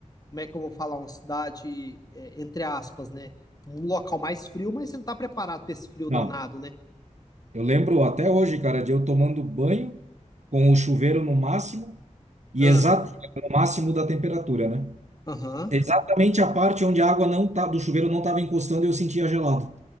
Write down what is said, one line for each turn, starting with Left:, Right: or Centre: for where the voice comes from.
Left: Como é que eu vou falar? Uma cidade, é, entre aspas, né? Um local mais frio, mas você não tá preparado pra esse frio
Right: Não,
Left: danado, né?
Right: eu lembro até hoje, cara, de eu tomando banho com o chuveiro no máximo E
Left: Ah,
Right: exato, no máximo da temperatura, né?
Left: Aham.
Right: Exatamente a parte onde a água não tá, do chuveiro não estava encostando e eu sentia gelado.